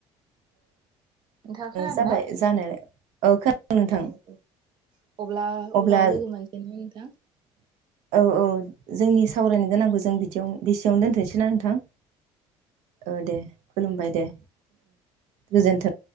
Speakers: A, on the right; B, on the right.
A: नोंथाङा खोनादों
B: जाबाय
A: ना
B: जानायालाय औ खोनादों नोंथां
A: औ अब्ला
B: अब्ला
A: उनाव लोगो मोनसै ना नोंथां
B: औ औ जोंनि सावरायनो गोनांखौ जों बिदियाव बेसेयावनो दोनथ'सैना नोंथां औ दे खुलुमबाय दे गोजोनथों